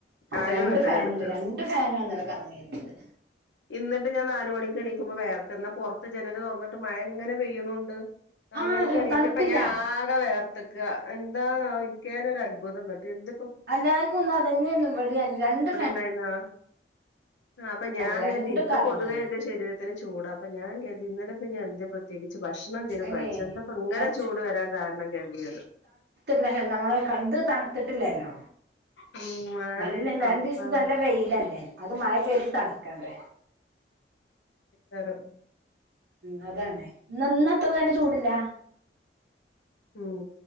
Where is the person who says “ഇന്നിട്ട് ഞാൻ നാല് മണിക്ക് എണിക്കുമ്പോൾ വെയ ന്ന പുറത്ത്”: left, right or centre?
Left